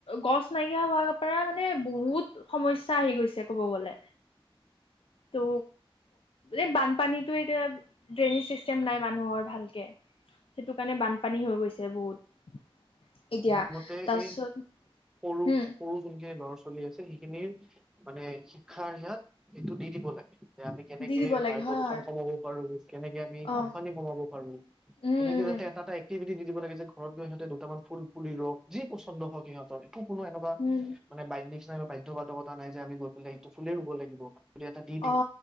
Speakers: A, on the left (about 70°); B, in the centre.
A: গছ নাইকিয়া হোৱা পৰা মানে বহুত সমস্যা আহি গৈছে ক'ব গ'লে।
B: <inaudible>
A: ত এই বানপানীটো এতিয়া ড্ৰেইনিজ চিষ্টেম নাই মানুহৰ ভালকে। সেইটো কাৰণে বানপানী হৈ গৈছে বহুত। এতিয়া
B: মোৰ মতে
A: তাৰপিছত
B: এই সৰু
A: উম
B: সৰু যোনকে গছ চলি আছে সেইখিনিৰ, মানে শিক্ষাৰ ইয়াত এইটো দি দিব লাগে। যে আমি কেনেকে
A: দি দিব লাগে
B: বায়ু
A: হয়
B: প্ৰদূষন
A: হয়
B: কমাব পাৰো, কেনেকে আমি
A: অ
B: বানপানী কমাব পাৰো।
A: উম
B: কেনেকে
A: উম
B: যাতে এটা এটা গতি বিধি দিব লাগে যে গৈ সিহঁতে দুটামান ফুল পুলি ৰোৱক, যি পচন্দ হওক সিহঁতৰ। কোনো এনেকুৱা
A: উম
B: মানে বাইডি নাই বাধ্য বাধকতা নাই যে আমি গৈ পেলাই এইতো ফুলেই ৰুব লাগিব। বুলি এটা দি দিওঁ
A: অ